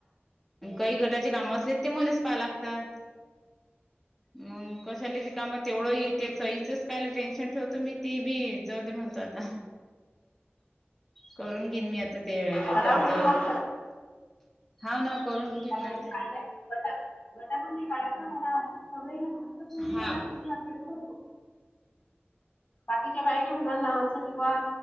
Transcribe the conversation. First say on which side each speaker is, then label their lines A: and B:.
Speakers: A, in the centre; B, on the left.
A: काही गटाचे काम असले ते मलेच पाहा लागतात मग कशालेरी काम तेवढंही त्या सईचच कायल टेन्शन ठेवतो मी ते बी जाऊ दे म्हणतो आता करून घेईन मी आता ते
B: ठराव
A: कर्ज
B: घेऊन करू
A: हा ना करून घेईन
B: बाहिने
A: ना
B: काढलंयट वटाभुी काळाच मला अस सगळे ना हक्त तूर्
A: हाव
B: म्हण्या मी अपध्यक्ष होतो बाकीच्यां बायां ने म्हणा नावाचं किं बा